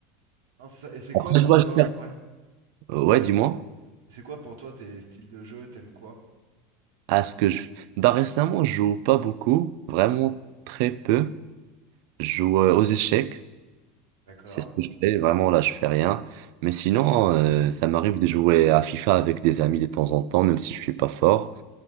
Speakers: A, on the right; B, on the right.
A: Non, c'est ça. Et c'est
B: Après,
A: quoi pour
B: tu vois,
A: toi,
B: je perds.
A: ouais.
B: Euh, Ouais, dis-moi.
A: Et c'est quoi pour toi tes styles de jeu, t'aimes quoi?
B: À ce que je. Bah, récemment, je joue pas beaucoup, vraiment très peu. Je joue euh, aux échecs,
A: D'accord.
B: c'est ce que je fais, vraiment là je fais rien. Mais sinon, euh, ça m'arrive de jouer à FIFA avec des amis de temps en temps, même si je suis pas fort.